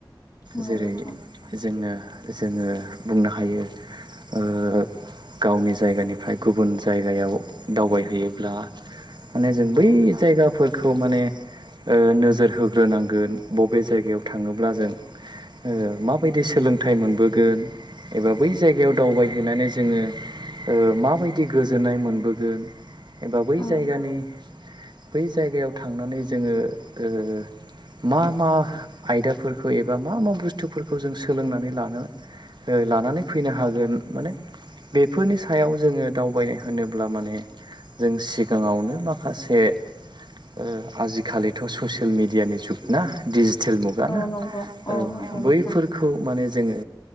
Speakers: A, on the left; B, on the right.
A: औ
B: जेरै
A: नोंथां
B: जोनो जोङो बुंनो हायो ओ गावनि जायगानिफ्राय गुबुन जायगायाव दावबायहैयोब्ला माने जों
A: औ
B: बै जायगाफोर खौ माने ओ नोजोर होग्रोनांगोन बबे जायगायाव थाङोब्ला जों ओ माबायदि सोलोंथाइ मोनबोगोन। एबा बै जायगायाव दावबायहैनानै जोङो ओ माबायदि गोजोननाय मोन बोगोन एबा बै
A: औ
B: जायगानि बै जायगायाव थांनानै जोङो ओ मा मा आयदाफोरखौ एबा मा मा बुस्थुफोर खौ जों सोलोंनानै लानो ओ लानानै फैनो हागोन माने बेफोरनि सायाव जोङो दावबायनाय होनोब्ला माने जों सिगाङावनो माखासे ओ आजिखालिथ' ससियेल मिेडियानि जुग ना डजि तेल मुगा
A: औ
B: ना
A: नंगौ
B: औ
A: नंगौ
B: बैफोरखौ
A: नोंथां
B: माने जोङो